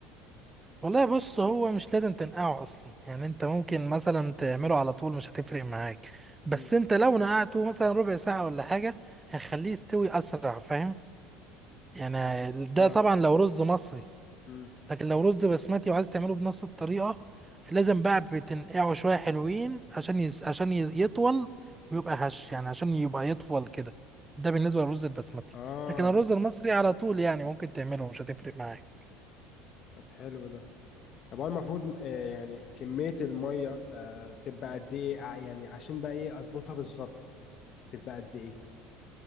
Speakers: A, on the right (about 15°); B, on the left (about 45°).
A: والله بص هو مش لازم تنقعه اصلا يعني انت ممكن مثلا تعمله على طول مش هتفرق معاك بس
B: مم.
A: انت لو نقعته مثلا ربع ساعة ولا حاجة هيخليه يستوي اسرع فاهم يعني ده
B: اه
A: طبعا لو رز مصري
B: مم.
A: لكن لو رز بسمتي وعايز تعمله بنفس الطريقة لازم بقى بتنقعه شوية حلوين عشان يس... عشان ي- يطول ويبقى هش يعني عشان يبقى يطول كده ده بالنسبة للرز البسمتي
B: اه
A: لكن الرز المصري على طول يعني ممكن تعمله مش هتفرق معاك
B: طب حلو ده طب هو المفروض آه، يعني كمية المية آه، تبقى قد ايه آه، يعني عشان بقى ايه اظبطها بالظبط تبقى قد ايه